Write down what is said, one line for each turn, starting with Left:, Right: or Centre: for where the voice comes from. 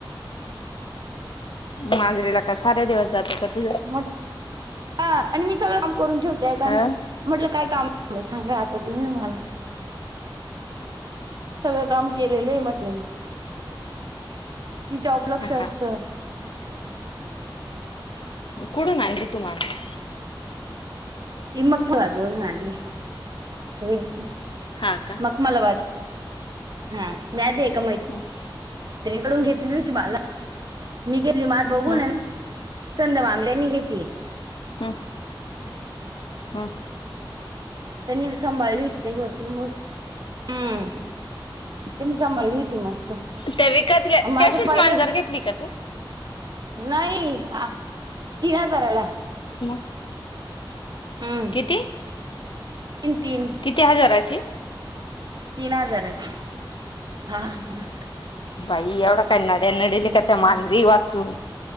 Left: मांजरीला का साऱ्या दिवस जातो का तुझा?
Right: म हा आणि मी सगळं काम करून ठेवते, आता
Left: अ
Right: म्हटलं काय काम? म्ह्हंटल सांगा आता तुम्ही मला सगळं काम केलेलं ये म्हटले मी. तिच्याप लक्ष असत.
Left: हा कुडून आणली तू मांजर?
Right: इमकबाद वरून आणली. <unintelligible>
Left: हा का
Right: मकमालाबाद हा नाय ते एका मैत
Left: <unintelligible>
Right: रीकडून घेतली होती माला मी गेली माझ बघून
Left: हम्म
Right: ये ना संमद मामल्यांनी घेतली.
Left: ह हा
Right: त्यानीं तर सांभाळली होती त्यांनी भरपूर मोड हम्म त्यांनी सांभाळली होती मस्त अ
Left: ते विकत घे
Right: माझं
Left: तशीच
Right: पहिलं
Left: मांजर घेतली का तू
Right: नाही हा अ तीन हजारयला
Left: ना
Right: हम्म
Left: किती?
Right: तीन तीन
Left: किती हजाराची
Right: तीन हजाराची हा हम्
Left: बाई एवढा काय नड्या नडेल
Right: हम्म
Left: का त्या मांजरी
Right: अ
Left: वाचून